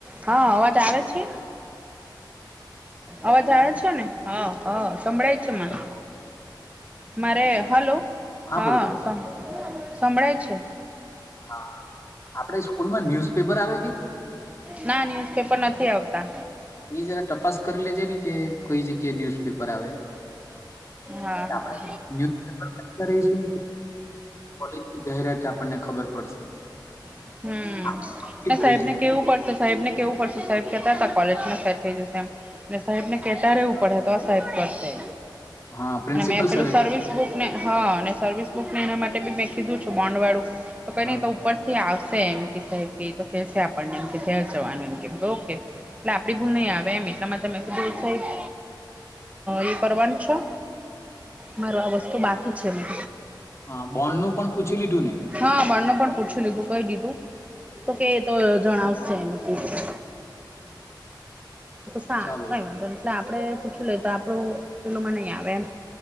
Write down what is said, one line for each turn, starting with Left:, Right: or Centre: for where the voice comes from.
Right: હા અવાજ આવે છે. અવાજ આવે છે ને હા હા સંભળાય
Left: તરત
Right: છે મને મારે હલો હા
Left: બોલો બોલો
Right: સમ સંભળાય છે.
Left: હા આપડે સ્કૂલ માં ન્યુઝ પેપર આવે કે.
Right: ના ન્યુઝપેપર નથી આવતા.
Left: એ જરા તપાસ કરી લેજે ને કે કોઈ જગ્યાએ ન્યુઝપેપર આવે.
Right: હા
Left: આપડે
Right: હા
Left: ન્યૂઝ પેપર <unintelligible> કરાઈશુ. કોલેજની જાહેરાત આપણને ખબર પડશે.
Right: હમ
Left: <inaudible> વંચિત
Right: ને સાહેબ
Left: રહીશ.
Right: ને કેવું પડશે સાહેબ ને કેવું પડશે સાહેબ કેતા હતા કોલેજમાં સેટ થઈ જશે એમ. એટલે સાહેબ ને કેતા રહેેવું પડે તો આ સાહેબ કરશે
Left: હા પ્રિન્સિપલ
Right: અને મેં પેલું
Left: સર
Right: સર્વિસ બુક મે હા અને સર્વિસ બુકને એના માટે બી મેં કીધું છું બોન્ડવાળું તો કંઈ
Left: હા
Right: નહીં તો ઉપરથી આવશે એમ કે સાહેબ કે એતો કેશે આપણને એમ ઘેર જવાનું એમ ઓકે એટલે આપડી ભૂલ નહીં આવે એમ એટલામાં તમે કીધું સાહેબ હ એ કરવાનું છો માર આ વસ્તુ બાકી છે મન
Left: હા બોન્ડ નું પણ પૂછી લીધું ને
Right: હા બાળને પણ પૂછી લીધું કહી દીધું તો કે તો જણાવશે એમ કે છે સાત
Left: ચાલો
Right: કઈ વાંધો એટલે આપડે પૂછું લેએ તો આપણું પેલોમાં નહીં આવે એમ.